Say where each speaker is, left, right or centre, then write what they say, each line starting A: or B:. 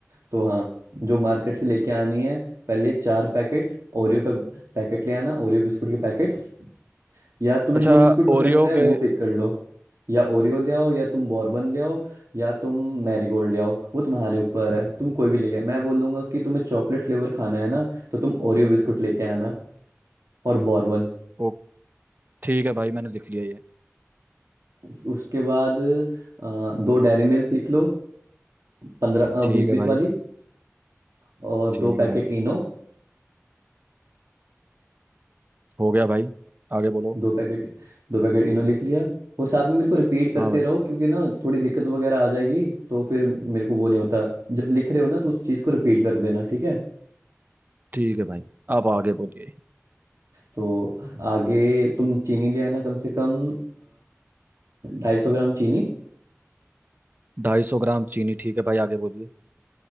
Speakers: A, on the right; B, on the right.
A: तो हाँ जो मार्केट से लेके आनी है पहले चार पैकेट ओरियो का पैकेट ले आना ओरियो बिस्कुट के पैकेट्स या तुम्हें
B: अच्छा
A: जो बिस्कुट पसंद
B: ओरियो
A: है वो
B: के
A: पिक कर लो या ओरियो ले आओ या तुम बॉर्बन ले आओ या तुम मैरीगोल्ड ले आओ वो तुम्हारे ऊपर है तुम कोई भी लेके मैं बोलूंगा कि तुम्हें चॉकलेट फ्लेवर खाना है ना तो तुम ओरियो बिस्कुट लेके आना और बॉर्बन
B: ओ ठीक है भाई मैंने लिख लिया ये
A: उसके बाद अ, दो डेयरी मिल्क लिख लो पंद्रह
B: ठीक
A: बीस बीस
B: है भाई
A: वाली और दो
B: ठीक
A: पैकेट
B: है भाई
A: इनो
B: हो गया भाई आगे बोलो
A: दो पैकेट दो पैकेट इनो लिख लिया और साथ में मेरे को रिपीट करते
B: हाँ भाई
A: रहो क्योंकि ना थोड़ी दिक्कत वगैरह आ जाएगी तो फिर मेरे को वो नहीं होता जब लिख रहे हो ना तो उस चीज़ को रिपीट कर देना ठीक है
B: ठीक है भाई अब आगे बोलिए
A: तो आगे तुम चीनी ले आना कम से कम ढाई सौ ग्राम चीनी
B: ढाई सौ ग्राम चीनी ठीक है भाई आगे बोलिए